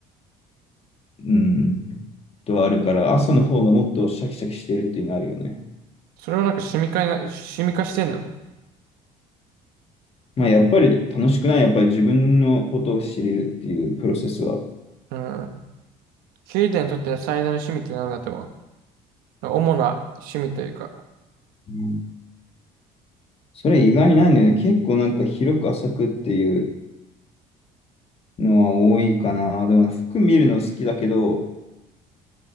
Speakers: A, on the left; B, on the right.
A: うん、とはあるから、朝の方がもっとシャキシャキしてるっていうのあるよね。
B: それはなんか趣味化にな、趣味化してんの
A: まあ、やっぱり楽しくない、やっぱり自分のことを知れるっていうプロセスは。
B: うん。ケイタにとっての最大の趣味って何だと思う主な趣味というか、
A: うんそれ意外にないんだよね。結構なんか広く浅くっていうのは多いかな。でも服見るの好きだけど、